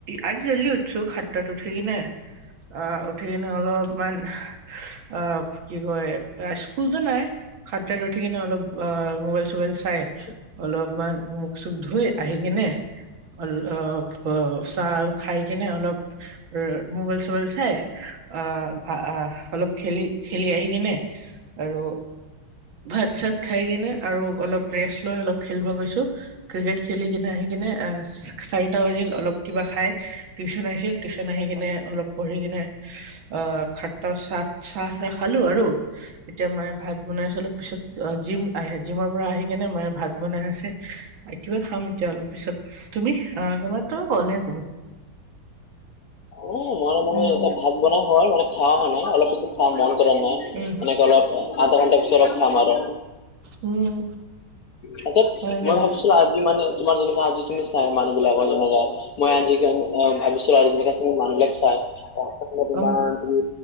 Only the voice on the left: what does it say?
<inaudible>
অ মই মানে
এতিয়া ভাত বনোৱা হল মানে খাও মানে অলপ পিছত। খাব মন কৰা নাই,
এনেকে অলপ আধা ঘন্টা পিছত অলপ খাম আৰু।
তাকে
মই ভাবিছিলোঁ আজি মানে, তোমাৰ যেনেকা আজি তুমি চাই মানুহ বিলাকৰ যেনেকুৱা, মই আজি ভাবিছিলো আৰু যেনেকা তুমি মানুহ বিলাক চাই, সস্তাখনত তোমাৰ
তুমি